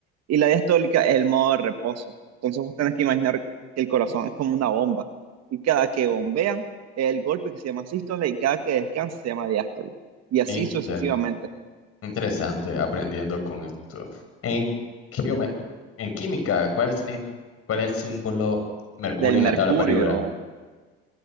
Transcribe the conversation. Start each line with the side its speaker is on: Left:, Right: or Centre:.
Right: Y la diastólica es el modo de reposo. Entonces, vos tenés que imaginar que el corazón es como una bomba. Y cada que bombea, es el golpe que se llama sístole y cada que descansa se llama diástole. Y así
Left: Inter-
Right: sucesivamente.
Left: interesante aprendiendo con esto. En, geome- en química, ¿cuál, tiene- cuál es el símbolo mercurio
Right: Del
Left: en la
Right: mercurio.
Left: tabla periódica?